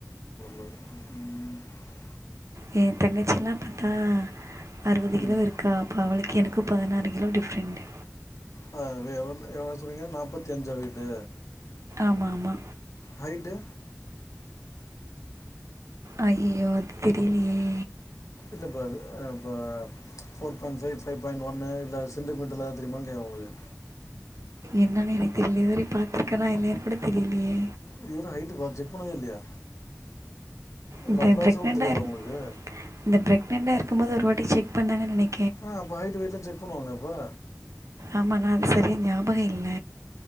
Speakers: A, on the left (about 70°); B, on the right (about 65°).
A: <inaudible>
B: ஏ தங்கச்சி எல்லா பாத்தா அறுபது
A: ம்
B: கிலோ இருக்கா அப்போ அவளுக்கு எனக் க்கு பதுனாறு கிலோ டிஃரெண்ட்டு
A: அ எவ்ளோ எவ்ளோ சொன்னீங்க நாற்பத்தி அஞ்சா வெயிட்டு
B: ஆமா ஆமா
A: ஹைட்டு
B: ஐயோ அது தெரியிலயே
A: இல்லப்பா இது இப்போ four point five five point ஒன்னு இல்ல சென்டி மீட்டர்லயாவது தெரியுமா கோக்குற உங்களுக்கு
B: என்னன்னு எனக்கு தெரியில இதுவரை பாத்துருக்கன்னா இல்லைன் கூட தெரியலையே
A: இது வர ஹைட்டு பாத்து செக் பண்ணவே இல்லையா ஒரு
B: இந்த
A: அப்ராக்ஸாக
B: பிரக்ணண்டா
A: கூட தெரியாதா
B: இரு
A: உங்களுக்கு
B: இந்த பிரக்ணண்டா இரு க்கும் போது ஒரு வாட்டி செக் பண்ணாங்கன்னு நெனைக்
A: ஆ அப்ப ஹைட்டு வெயிட்லா செக் செக் பண்ணுவாங்களேப்பா
B: ஆமா நான் செரியா ஞாபகோ இல்ல